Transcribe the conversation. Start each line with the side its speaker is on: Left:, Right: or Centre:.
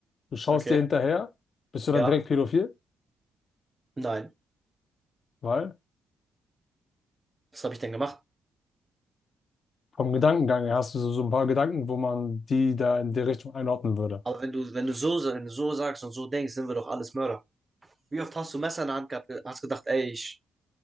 Left: du schaust
Right: Okay.
Left: dir hinterher, bist du dann
Right: Ja.
Left: direkt pädophil?
Right: Nein.
Left: Weil
Right: Was habe ich denn gemacht?
Left: vom Gedankengang her hast du so, so ein paar Gedanken, wo man die da in die Richtung einordnen würde.
Right: Aber wenn du, wenn du so, wenn du so sagst und so denkst, sind wir doch alles Mörder. Wie oft hast du Messer in der Hand gehabt, hast gedacht, ey, ich,